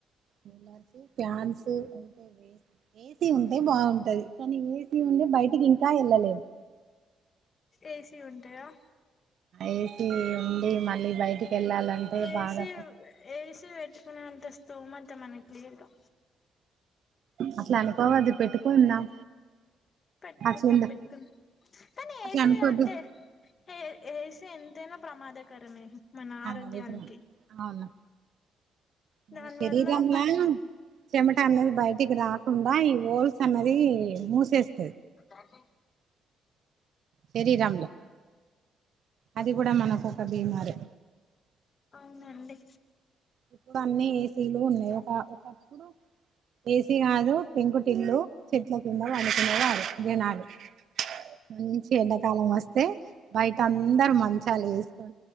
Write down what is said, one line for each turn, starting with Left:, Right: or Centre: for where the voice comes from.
Right: కూలర్స్ ప్యాన్స్ అంత వెస్ట్ వెస్ట్ ఏసి ఉంటే బాగుంటది కానీ ఏసీ ఉంటే బయటికి ఇంకా ఏళ్ళలేము
Left: ఏసీ ఉంటె ఆ
Right: ఏసి ఉండి మళ్ళీ బయటికి వెళ్ళాలంటే
Left: ఏసీ
Right: బాగా
Left: ఏసీ వె పెట్టుకునేంత అంతస్తోమత మనకి లేదుగా
Right: అట్లా అనుకోవద్దు పెట్టుకుందాం
Left: పెట్టుకుందాం
Right: అట్లందు
Left: పెట్టుకుందాం కానీ ఏసీ
Right: అట్లా అనుకోద్దు
Left: అంటే ఏ ఏసి ఎంతైనా ప్రమాదకరమే మన ఆరోగ్యానికి
Right: అదే అవును మన
Left: దాని
Right: శరీరంలా
Left: వల్ల పని
Right: చెమట అన్నది బయటికి రా కుండా ఈ హొల్స్ అన్నది మూసేస్త
Left: పత
Right: శరీరంంలో అది కూడా మనకు ఒక బీమారి
Left: అవునండి
Right: ఇప్పుడు అన్నీ ఏసీలు ఉన్నాయి ఒక ఒకప్పుడు ఏసీ కాదు పెంకుటిల్లు చెట్ల కింద పండుకునే వారు జనాలు మంచిగా ఎండాకాలం వస్తే బయట అందరు మంచాలు వేస్